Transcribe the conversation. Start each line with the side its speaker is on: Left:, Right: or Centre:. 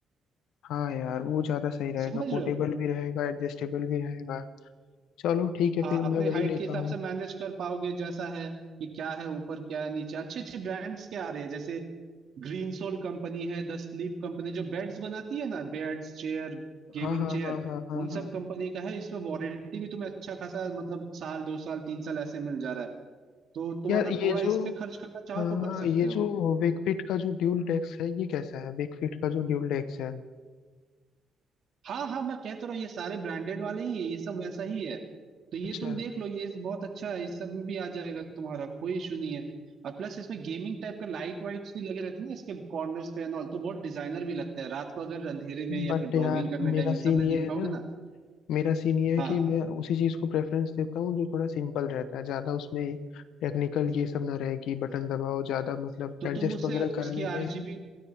Left: हाँ यार वो ज़्यादा सही रहेगा
Right: समझ
Left: पोर्टेबल
Right: रहे हो
Left: भी रहेगा एडजस्टेबल भी रहेगा चलो ठीक है
Right: हाँ
Left: फिर
Right: अपने
Left: मैं
Right: हाइट
Left: वही लेता
Right: के हिसाब
Left: हूँ
Right: से मैनेज कर पाओगे जैसा है कि क्या है ऊपर क्या है नीचे अच्छे अच्छे ब्रांड्स के आ रहे हैं जैसे ग्रीन सोल कंपनी है द स्लीप कंपनी जो बेड्स बनाती है ना बेड्स चेयर गेमिंग
Left: हाँ हाँ
Right: चेयर
Left: हाँ हाँ हाँ
Right: उन
Left: हाँ
Right: सब कंपनी का है इसमें वारंटी भी तुम्हें अच्छा खासा मतलब साल दो साल तीन साल ऐसे मिल जा रहा है तो तुम
Left: यार
Right: अगर
Left: ये
Right: थोड़ा
Left: जो
Right: इस पे खर्च करना चाहो
Left: हाँ
Right: तो कर सकते
Left: ये
Right: हो
Left: जो वेकफिट का जो ड्यूल डेस्क है ये कैसा है वेकफिट का जो ड्यूल डेस्क है
Right: हाँ हाँ मैं कह तो रहा हूँ ये सारे ब्रांडेड वाले ही है ये सब वैसा ही है तो ये
Left: अच्छा
Right: तुम देख लो ये बहुत अच्छा है इस सब में भी आ जाएगा तुम्हारा कोई इशू नहीं है और प्लस इसमें गेमिंग टाइप का लाइट वाइट्स भी लगे रहते हैं ना इसके कॉर्नर्स पे एंड ऑल तो बहुत डिजाइनर भी लगता है रात को अगर अंधेरे में या
Left: बट
Right: फिर ब्लॉगिंग
Left: यार
Right: करने
Left: मेरा
Right: टाइम इन
Left: सीन
Right: सब में
Left: ये
Right: दिखाओगे
Left: है ना
Right: ना
Left: मेरा सीन ये है
Right: हाँ
Left: कि मैं उसी चीज को प्रेफरेंस देता हूँ जो थोड़ा सिंपल रहता है ज्यादा उसमें टेक्निकल ये सब ना रहे कि बटन दबाओ ज्यादा मतलब
Right: तो
Left: एडजस्ट
Right: तुम उसे
Left: वगैरह करने
Right: उसकी आरजीबी
Left: में